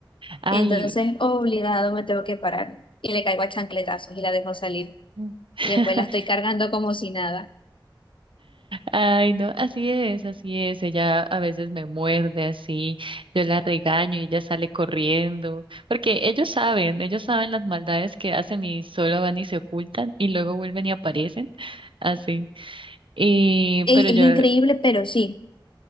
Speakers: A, on the right (about 90°); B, on the left (about 80°).
A: Ay.
B: Entonces, obligado, me tengo que parar y le caigo a chancletazos y la dejo salir.
A: <laughs>
B: Y después la estoy cargando como si nada.
A: Ay, no, así es, así es. Ella a veces me muerde así, yo la regaño y ella sale corriendo, porque ellos saben, ellos saben las maldades que hacen y solo van y se ocultan y luego vuelven y aparecen, así. Y,
B: Ey,
A: pero
B: es
A: yo,
B: increíble, pero sí.